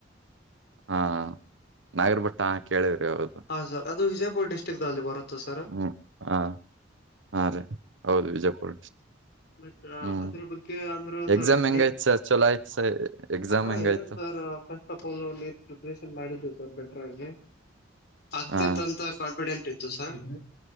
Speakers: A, on the right; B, on the left.
A: ಹಾ ನಾಗರಬಟ್ಟ ಹಾ ಕೇಳಿವ್ರಿ ಹೌದು
B: ಹಾ ಸರ್ ಅದು ವಿಜಯಪುರ ಡಿಸ್ಟ್ರಿಕ್ಲ್ಲಿ ಬರುತ್ತಾ ಸರ್
A: ಹ್ಮ್ ಹಾ ಹಾ ರೀ ಹೌದು ವಿಜಯಪುರ
B: ಮತ್ತ
A: ಹ್ಮ್
B: ಅದ್ರ ಬಗ್ಗೆ ಅಂದ್ರು
A: ಎಕ್ಸಾಮ್
B: ಸರ
A: ಹೆಂಗಾಯ್ತ್
B: ನೀ
A: ಸರ್ ಚಲೋ ಆಯ್ತ್ ಸ ಎಕ್ಸಾಮ್
B: ಹಾ
A: ಹೆಂಗಾಯ್ತು
B: ಏನ್ sir first of all preparation ಮಾಡಿದ್ದೇವು ಸರ್ ಬೆಟ್ರ ಆಗಿ ಆಗ್ತಿತ್ತ
A: ಹಾ
B: ಅಂತ ಕಾನ್ಫಿಡೆಂಟ್ ಇತ್ತು ಸರ್